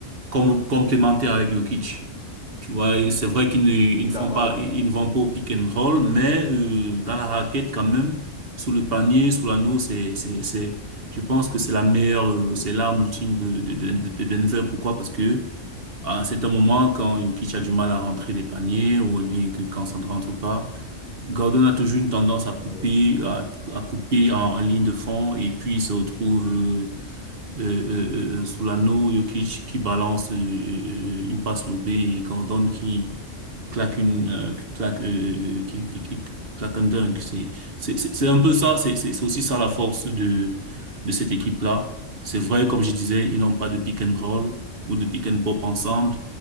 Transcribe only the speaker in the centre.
Je suis
d'accord
avec
toi.